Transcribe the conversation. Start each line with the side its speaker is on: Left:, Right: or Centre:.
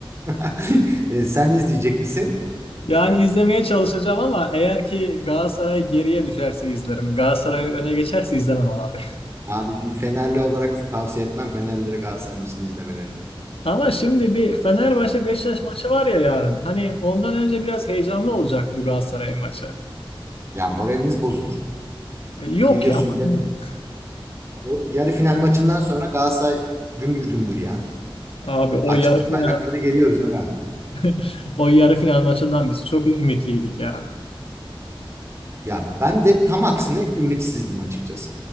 Right: <laughs> E, Sen izleyecek misin?
Left: Yani izlemeye çalışacağım ama eğer ki Galatasaray geriye düşerse izlerim. Galatasaray öne geçerse izlemem abi.
Right: Abi bir Fenerli olarak tavsiye etmem Fenerlilere Galatasaray maçını izlemelerini.
Left: <laughs> Ama şimdi bir Fenerbahçe Beşiktaş maçı var ya yarın. Hani ondan önce biraz heyecanlı olacak bu Galatasaray maçı.
Right: Ya moraliniz bozulur.
Left: E, Yok
Right: Biliyorsun
Left: ya. <laughs>
Right: ya o yarı final maçından sonra Galatasaray gümbür gümbür ya.
Left: Abi o
Right: Açtık
Left: yarı final
Right: bayrakları geliyoruz aga.
Left: <laughs> o yarı final maçından biz çok ümitliydik ya.
Right: Ya ben de tam aksine ümitsizdim açıkçası.